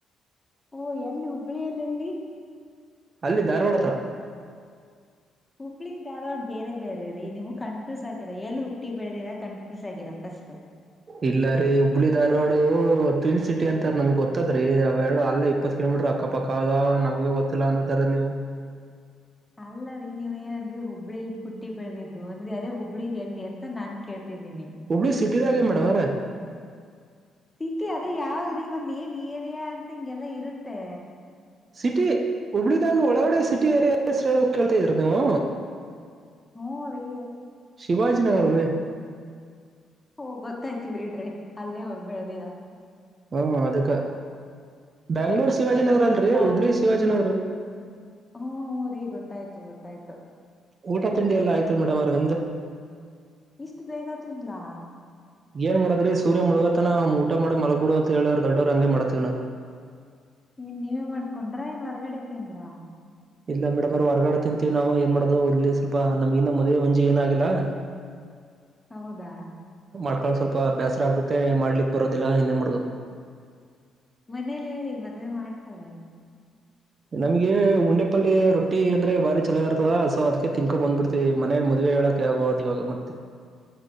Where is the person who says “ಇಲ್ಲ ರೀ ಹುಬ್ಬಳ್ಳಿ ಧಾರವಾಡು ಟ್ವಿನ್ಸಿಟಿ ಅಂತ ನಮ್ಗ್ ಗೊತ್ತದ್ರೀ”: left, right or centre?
Right